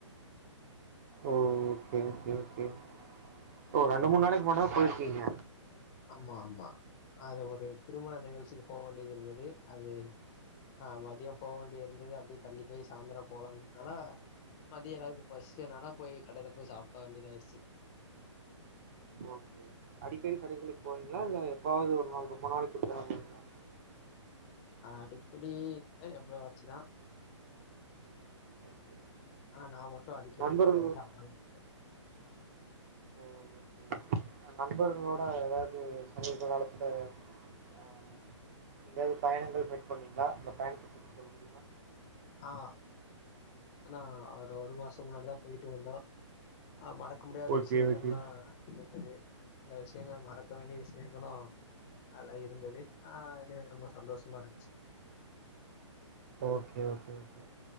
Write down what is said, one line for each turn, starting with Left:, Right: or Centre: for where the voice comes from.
Right: ஓ ஓகே ஓகே ஓகே ஓ ரெண்டு மூணு நாளைக் முன்னதா போயிருக்கீங்க
Left: ஆமா ஆமா அது ஒரு திருமண நிகழ்ச்சிக்கு போக வேண்டிது இருந்தது அது ஆ மதிய போக வேண்டிய இருந்தது அப்டியே தள்ளி போயி சாந்தர போலாங்கன்றதால மதிய எல்லாருக்கு பசிச்சனால போய் கடைல போய் சாப்ட வேண்டியதாயிடுச்சு
Right: ஓகே ஓகே அடிக்கடி கடைகளுக்கு போவீங்களா இல்ல எப்பாவது ஒரு நாள்‌ ரொம்ப நாளைக்கு ஒரு‌ தடவ போவீங்களா
Left: அடிக்கடி எப்பவாச்சுதா
Right: ஓகே
Left: ஆ நா மட்டு அடிக்கடி
Right: நண்பர்களோ
Left: கடைல சாப்பிட மாட்
Right: ஓ ஓகே நண்பர்களோட ஏதாவது சமீப காலத்துல அ எங்கயாவது பயணங்கள் மீட் பண்ணீங்களா இல்ல பயணத்த பத்தி சொல்ல முடியுமா
Left: ஆ நா ஒரு ஒரு மாச முன்னாடிதா போய்ட்டு வந்தோ ஆ மறக்க முடியாத
Right: ஓகே
Left: விஷயங்கள்லா
Right: ஓகே.
Left: இருக்குது சில விஷயங்கள மறக்க வேண்டிய விஷயங்களு நல்லா இருந்தது ஆ என ரொம்ப சந்தோஷமா இருந்ச்சு
Right: ஓகே ஓகே ஓகே